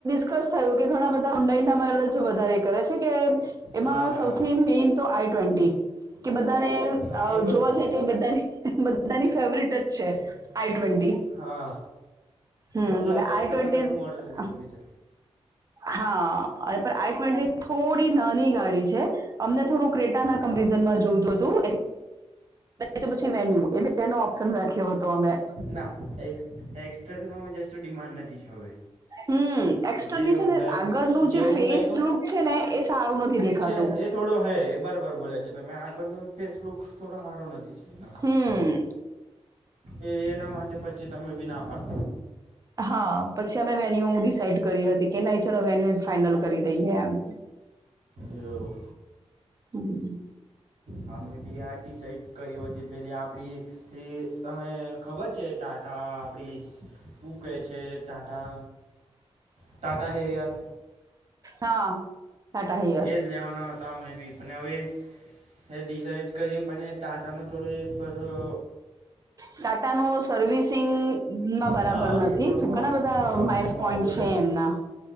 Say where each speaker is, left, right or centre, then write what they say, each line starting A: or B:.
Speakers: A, on the right (about 30°); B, on the right (about 80°).
A: થય કે ઘણા બધા ઊંડાઈનામાંજ વધારે કરે છે કે
B: હા
A: એમાં સૌથી મેન તો આઈ ટ્વેન્ટી બા
B: હા એ
A: જોવા
B: બરોબર
A: જાય તો બધા બધાની ફેવરટ જ છે આઈ ટ્વેન્ટી.
B: હા
A: હમ
B: એટલે
A: અને
B: હવે
A: આઈ
B: એનામાં
A: ટ્વેન્ટી
B: નવું મોડલ ની સુધ છે.
A: હા પણ આઈ ટ્વેન્ટી થોડી નાની ગાડી છે અમને થોડું ક
B: હા
A: કંપરિઝં માં જોતું હતું. એટલે પછી વન્યુ એ બેનો ઓપ્શન રાખ્યો હતો અમે
B: ના એસ એક્સ્ટાનો જસ્ ડિમાન્ડ નથી છે હવે.
A: હમ એક્સર્ની
B: જે
A: છે
B: ઊંડાઈનો
A: ને આગળનું જે
B: ઊંડાઈનો
A: ફેસ લુક છે ને એ સારું નથી દેખાતું.
B: છે એ થોડો હે એ બરાબર બોલે છે તમે આગળનો ફેસલુક થોડો સારો નથી છે એ.
A: હમ
B: એ એના માટે પછી તમે બી ના પાડ
A: હા પછી અમે વેન્યુ ડિસાઈડ કરી હતી કે નહી ચાલ વેન્યુ ફાઈનલ કરી દઈએ એમ.
B: એવુ.
A: બરા
B: હા મે બી આ ડિસાઇડ કર્યો હતી પેલી આપડી તમે ખબર છે? ટાંટા આપણી એ કહે છે ટાંટા. ટાટા એરિયર.
A: હા, આટા હયર.
B: એ જ લેવાના હતા અમે બી. પણ હવે એ ડિસાઇડ કરીએ પણ એ ટાંટાનો થોડું એ પરુ.
A: ટાટા નું સર્વિસિંગમાં બરાબર
B: શા
A: નથી
B: એ થોડું
A: તો
B: મોં-
A: ઘણા બધા
B: અ,
A: માઇન્
B: મોંઘું
A: પોઈન્ટ છે એમના.